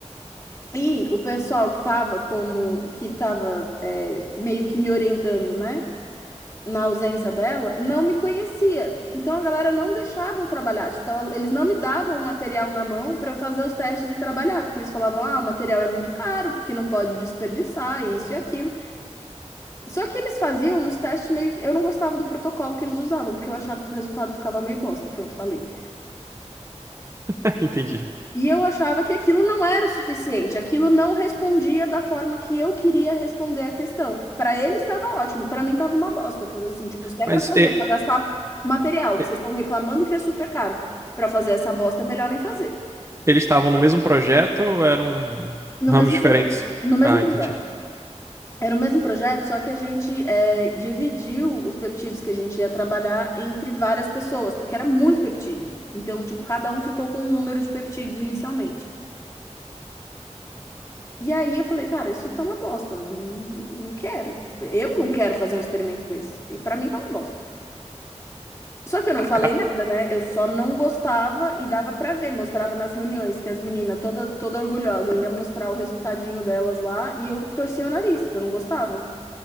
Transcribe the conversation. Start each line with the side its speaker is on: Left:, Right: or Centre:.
Left: E o pessoal que estava como, que estava meio que me orientando, né? na ausência dela, não me conhecia. Então a galera não deixava eu trabalhar. Tipo, ela- eles não me davam o material na mão para eu fazer os testes e trabalhar, porque eles falavam, ah, o material é muito caro, porque não pode desperdiçar, isso e aquilo. Só que eles faziam uns testes meio que. Eu não gostava do protocolo que eles usavam, porque eu achava que o resultado ficava meio bosta. Pronto, falei.
Right: <laughs> Entendi.
Left: E eu achava que aquilo não era o suficiente, aquilo não respondia da forma que eu queria responder a questão. Para ele estava ótimo, para mim estava uma bosta. Falou assim, tipo, se é
Right: Mas
Left: para fazer,
Right: e-
Left: para gastar material,
Right: e-
Left: que vocês estão reclamando que é super caro, para fazer essa bosta é melhor nem fazer.
Right: Eles estavam no mesmo projeto ou eram
Left: No
Right: ramos
Left: mesmo
Right: diferentes?
Left: projeto, no mesmo
Right: Ah,
Left: projeto.
Right: entendi.
Left: Era o mesmo projeto, só que a gente eh, dividiu os peptídeos que a gente ia trabalhar entre várias pessoas, porque era muito peptídeo. Então, tipo, cada um ficou com um número de peptídeos inicialmente. E aí eu falei, cara, isso tá uma bosta, não, não quero. Tipo, eu não quero fazer um experimento desse. E pra mim tá uma bosta. Só que eu não falei
Right: Ca-
Left: nada, né? Eu só não gostava e dava pra ver, mostrava nas reuniões que as meninas toda toda orgulhosa ia mostrar o resultadinho delas lá e eu torcia o nariz, porque eu não gostava.